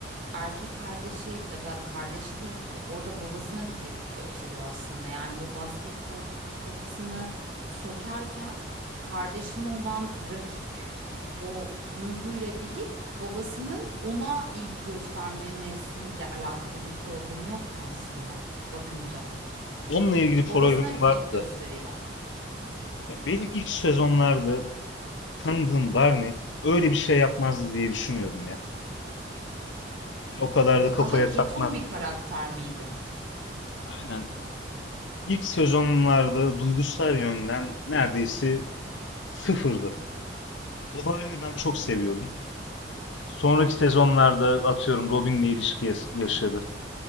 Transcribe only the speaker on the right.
erkek kardeşi ya da kardeşi değil ki orada babasına bir tepki gösteriyor aslında. Yani o basketbol potasını sökerken kardeşine olan rakip o duyguyla değil babasının ona ilgi göstermemesiyle alakalı bir problemi yok mu aslında bakınca?
Babasına bir tepki
gösteriyor.
Daha ketum
bir karakter miydi?